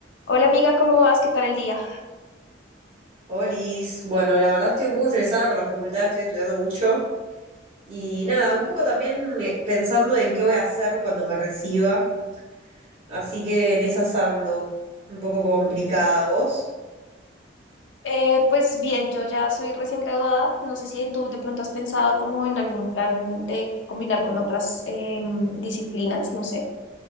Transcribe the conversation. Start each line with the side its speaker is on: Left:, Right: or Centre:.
Left: Hola amiga, ¿cómo vas? ¿Qué tal el día?
Right: Olis, bueno, la verdad estoy un poco estresada con la facultad, estoy estudiando mucho y nada, un poco también eh, pensando en qué voy a hacer cuando me reciba, así que en esas ando, un poco complicada, ¿vos?
Left: Eh, pues bien, yo ya soy recién graduada. No sé si tú de pronto has pensado como en algún plan de combinar con otras em, disciplinas, no sé.